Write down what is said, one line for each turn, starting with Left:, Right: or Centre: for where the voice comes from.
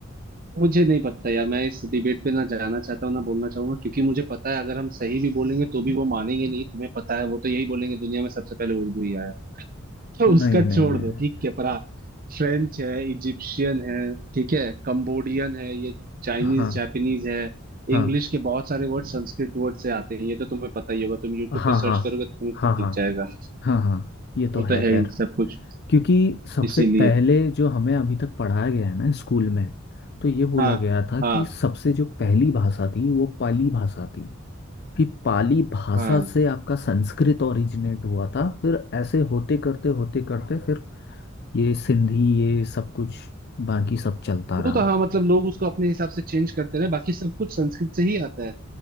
Right: मुझे नहीं पता यार मैं इस डिबेट पे ना जाना चाहता हूँ ना बोलना चाहूंगा क्योंकि मुझे पता है अगर हम सही भी बोलेंगे तो भी वो मानेंगे नहीं तुम्हें पता है वो तो यही बोलेंगे दुनिया में सबसे पहले उर्दू ही आया है। तो
Left: नहीं
Right: उसका छोड़
Left: नहीं नहीं,
Right: दो
Left: नहीं।
Right: ठीक है पर हाँ फ्रेंच है इजिप्शियन है ठीक है कंबोडियन है ये चाइनीज
Left: हाँ
Right: जापानीज है
Left: हाँ
Right: इंग्लिश के बहुत सारे वर्ड संस्कृत वर्ड से आते हैं ये तो तुम्हें पता ही होगा तुम यूट्यूब
Left: हाँ
Right: पे सर्च
Left: हाँ
Right: करोगे तो तुम्हें
Left: हाँ
Right: खुद
Left: हाँ
Right: दिख जाएगा
Left: हाँ हाँ ये
Right: वो
Left: तो है
Right: तो है
Left: खैर
Right: ही सब कुछ
Left: क्योंकि सबसे
Right: इसीलिए
Left: पहले जो हमें अभी तक पढ़ाया गया है ना स्कूल में तो ये बोला
Right: हाँ
Left: गया था
Right: हाँ
Left: कि सबसे जो पहली भाषा थी वो पाली भाषा थी कि पाली भाषा
Right: हाँ
Left: से आपका संस्कृत ओरिजिनेट हुआ था फिर ऐसे होते करते होते करते फिर ये सिंधी ये सब कुछ बाकी सब चलता
Right: वो
Left: रहा
Right: तो हाँ मतलब लोग उसको अपने हिसाब से चेंज करते रहे बाकी सब कुछ संस्कृत से ही आता है